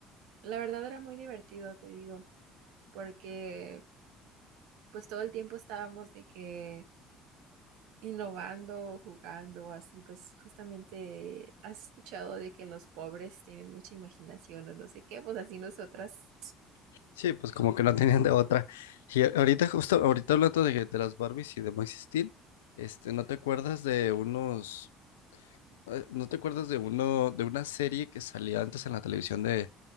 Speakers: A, on the right (about 65°); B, on the left (about 75°).
A: la verdad era muy divertido, te digo, porque pues todo el tiempo estábamos de que innovando, jugando, así pues justamente has escuchado de que los pobres tienen mucha imaginación o no sé qué, pues así nosotras.
B: Sí, pues como que no tenían de otra. Y a- ahorita, justo ahorita hablando de, de las Barbies y de Max Steel, este, ¿no te acuerdas de unos, eh, no te acuerdas de uno, de una serie que salía antes en la televisión de,